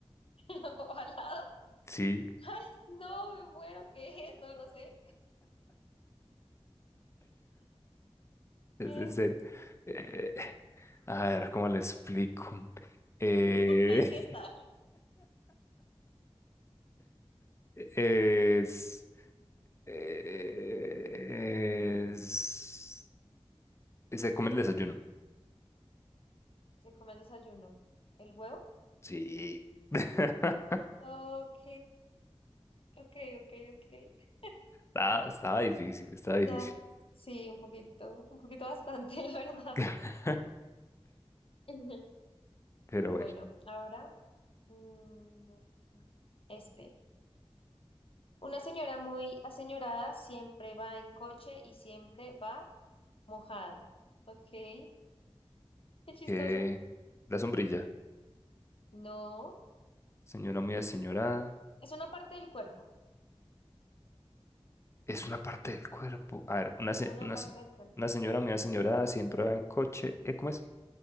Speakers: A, on the left; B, on the left.
A: <laughs> ¿O alado?
B: Sí,
A: Ay, no, me muero. ¿Qué es? No, no sé.
B: es
A: ¿Qué
B: en
A: es?
B: serio. Eh, a ver, ¿cómo le explico? Eh,
A: <laughs> ¿Qué tal?
B: Es, es, es a comer el desayuno.
A: Se come el desayuno. ¿El huevo?
B: Sí. <laughs>
A: Ok, ok, ok, ok.
B: Estaba, estaba difícil, estaba difícil.
A: Ya, sí, un poquito, un poquito bastante, <laughs> la verdad.
B: <laughs>
A: Ujú.
B: Pero
A: Bueno,
B: bueno,
A: ahora, mm, este. Una señora muy aseñorada siempre va en coche y siempre va. Mojada. Ok, qué chistoso.
B: eh, la sombrilla,
A: No,
B: señora muy aseñorada,
A: es una parte del cuerpo,
B: es una parte del cuerpo. A ver, una, se-
A: una
B: una,
A: parte
B: se-
A: del cuerpo.
B: una señora muy aseñorada siempre va en coche. ¿Eh, cómo es?